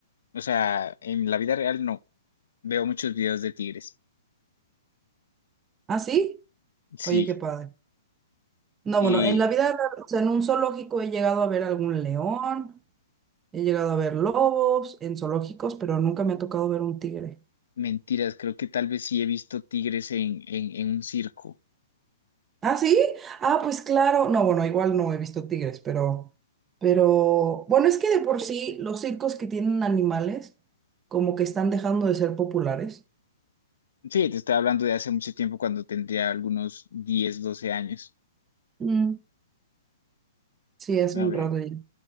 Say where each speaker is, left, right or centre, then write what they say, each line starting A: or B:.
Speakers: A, on the left (about 70°); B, on the right (about 15°).
A: O sea, en la vida real no. Veo muchos videos de tigres.
B: ¿Ah, sí? Oye,
A: Sí,
B: qué padre. No,
A: eh,
B: bueno, en la vida, o sea, en un zoológico he llegado a ver algún león, he llegado a ver lobos en zoológicos, pero nunca me ha tocado ver un tigre.
A: mentiras, creo que tal vez sí he visto tigres en, en en un circo.
B: ¿Ah, sí? Ah, pues claro. No, bueno, igual no he visto tigres, pero, pero, bueno, es que de por sí los circos que tienen animales como que están dejando de ser populares.
A: Sí, te estoy hablando de hace mucho tiempo cuando tendría algunos diez, doce años.
B: Mm. Sí, es
A: A
B: un
A: ver,
B: rato ya.